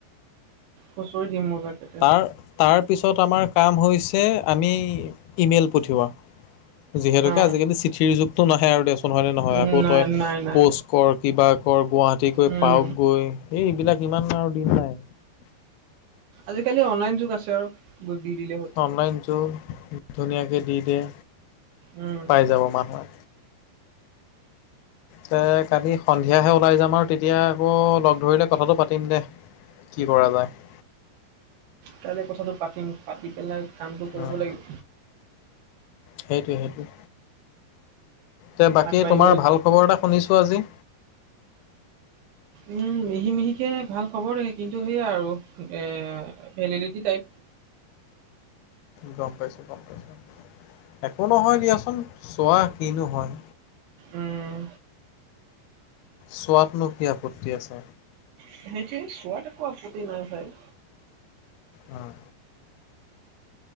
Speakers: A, on the right (about 80°); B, on the left (about 85°).
A: হুঁচৰি দিম মই তাতে।
B: তাৰ তাৰপিছত আমাৰ কাম হৈছে আমি ইমেইল পঠিওৱা। যিহেতুকে
A: অ
B: আজিকালি চিঠিৰ যুগতটো নাহে আৰু দেচোন হয় নে নহয়
A: উম
B: আকৌ
A: নাই
B: তই
A: নাই নাই
B: প'ষ্ট ক'ৰ। কিবা ক'ৰ গুৱাহাটী গৈ
A: উম
B: পাওক গৈ এই এইবিলাক ইমান আৰু দিন নাই।
A: আজিকালি অনলাইন যুগ আছে আৰু গুদ দি দিলেই হ'ল
B: অনলাইন যুগ ধুনীয়াকে দি দিয়ে
A: উম
B: পাই যাব মানুহে তে কালি সন্ধিয়াহে ওলাই যাম আৰু তেতিয়া আকৌ লগ ধৰিলে কথাটো পাতিম দে কি কৰা যায়
A: কাইলে কথাটো পাতিম পাতি পেলাই কামটো কৰিব
B: উম
A: লাগিব
B: সেইটোৱে সেইটোৱে তে বাকী
A: আগবাঢ়িব
B: তোমাৰ
A: লাগিব
B: ভাল খবৰ এটা শুনিছোঁ আজি
A: উম মিহি মিহিকে ভাল খবৰ কিন্তু সেয়াই আৰু এ ভেলিডিটি টাইপ
B: গম পাইছো গম পাইছো একো নহয় দিয়াচোন চোৱা কিনো হয়
A: উম,
B: চোৱাতনো কি আপত্তি আছে
A: সেইটোৱে চোৱাত একো আপত্তি নাই ভাই
B: উম,